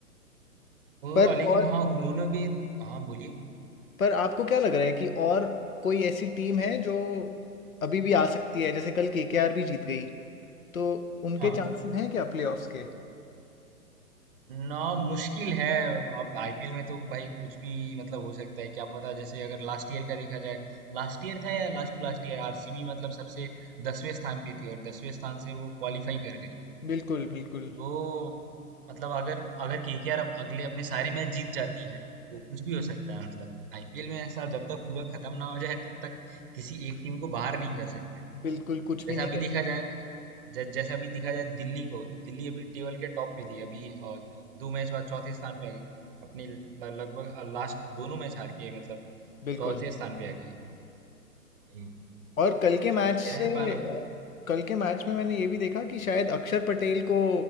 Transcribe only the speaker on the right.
वो
और लेकिन
हाँ उन्होंने भी हाँ बोलिए
हाँ
ना मुश्किल है अब आईपीएल में तो भाई कुछ भी मतलब हो सकता है क्या पता जैसे अगर लास्ट ईयर का देखा जाए लास्ट ईयर था या last to last year RCB मतलब सबसे दसवें स्थान पे थी और दसवें स्थान से वो क्वालिफाई कर गई
तो मतलब अगर अगर केकेआर अब अगले अपने सारे मैच जीत जाती है तो कुछ भी हो सकता है मतलब आईपीएल में ऐसा जब तक पूरा खत्म ना हो जाए तब तक किसी एक टीम को बाहर नहीं कर सकते हैं
जैसा
अभी
देखा जाए ज- जैसा अभी देखा जाए दिल्ली को दिल्ली अभी टेबल के टॉप पे थी अभी अ, दो मैच बाद चौथे स्थान पे आ गई अपनी ल- लगभग अ, लास्ट दोनों मैच हार के मतलब
चौथे स्थान पे आ गई भाई,
कुछ
भी
क्या है पाना